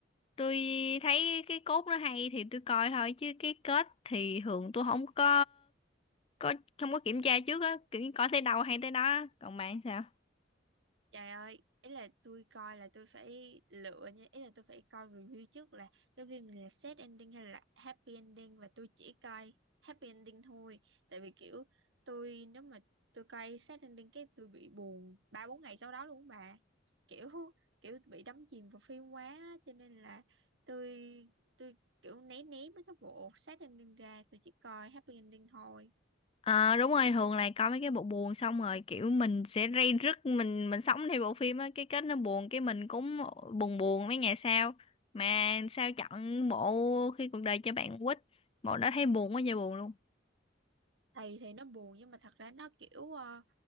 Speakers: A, on the left; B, on the right.
A: tôi thấy cái cốt nó hay thì tôi coi thôi chứ cái kết thì thường tôi không có có không có kiểm tra trước á kiểu như coi tới đâu hay tới đó á. còn bạn sao
B: Trời ơi, ý là tôi coi là tôi phải lựa nha, ý là tôi phải coi review trước là cái phim này là sad ending hay là happy ending và tôi chỉ coi happy ending thôi. Tại vì kiểu tôi nếu mà tôi coi sad ending cái tôi bị buồn ba bốn ngày sau đó luôn á bà. Kiểu kiểu bị đắm chìm vào phim quá á, cho nên là tôi tôi kiểu né né mấy cái bộ sad ending ra, tôi chỉ coi happy ending thôi.
A: Ờ đúng rồi thường là coi mấy cái bộ buồn xong rồi kiểu mình sẽ ray rứt mình mình sống theo bộ phim á cái kết nó buồn cái mình cũng buồn buồn mấy ngày sau mà sao chọn bộ khi cuộc đời cho bạn quýt bộ đó thấy buồn quá trời buồn luôn
B: Thì thì nó buồn nhưng mà thật ra nó kiểu ờ,